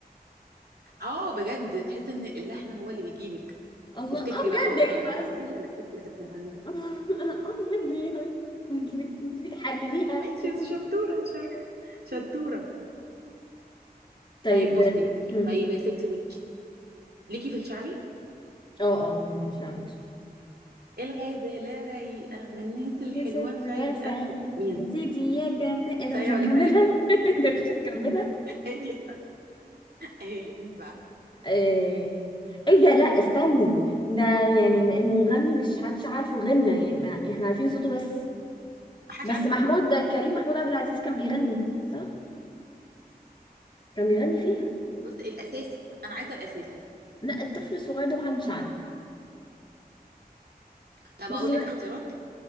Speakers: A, on the right; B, on the left.
A: <laughs> اه بجد تحس ان اللحن هو اللي بيجيبك
B: الله
A: تفتكري
B: اه
A: بقى
B: بجد
A: اه
B: ايه
A: ده
B: بس
A: كان راجل ولا ست اللي كانت بتغني
B: <laughs> اه بجد ايه بس انت بت- انت بتحلليها
A: <laughs> ماشي
B: <laughs>
A: يا ستي، شطوره شر- شطوره
B: طيب
A: طيب بصي
B: مم.
A: طيب يا ستي ماشي ليكي في الشعبي
B: اه اه في الشعبي
A: الغزاله رايقه من الناس الحلوه
B: مثل حلوة
A: فايقه
B: سعيدة
A: مين
B: يا سيدي يا جماعة ايه ده
A: فيا
B: مش هنكملها
A: ولا فيا
B: <laughs> ده مش هنكملها
A: <laughs> هي هي مين بقى؟
B: <laughs> ايه ايه ده لا استني ده يعني المغني مش حدش عارفه غنى يعني ما احنا عارفين صوته بس
A: محدش
B: بس
A: عارفه
B: محمود ده كريم محمود عبد العزيز كان بيغني صح؟ كان بيغني فيها
A: بص الاساسي بقى. انا عايزه الاساسي
B: لا الطفل الصغير ده محدش عارف
A: طب
B: بصي
A: اقول لك
B: بقى
A: اختيارات